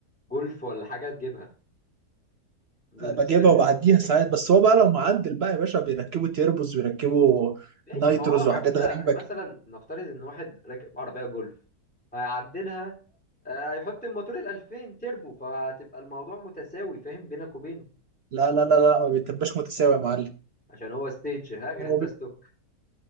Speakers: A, in the centre; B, on the right.
A: جولف ولا حاجة تجيبها جولف
B: بجيبها
A: 7
B: وبعديها
A: ولا حاجة
B: ساعات بس هو بقى لو معدل بقى يا باشا بيركبوا تيربوز ويركبوا
A: ماشي
B: نايتروز
A: ما هو حتى
B: وحاجات غريبه
A: مثلا
B: كده
A: نفترض ان واحد راكب عربية جولف هيعدلها آه، هيحط الموتور ال 2000 تيربو فهتبقى الموضوع متساوي فاهم بينك وبينه
B: لا لا لا لا ما بيتبقاش متساوي يا معلم
A: عشان هو ستيج ها غير
B: هو
A: انت ستوك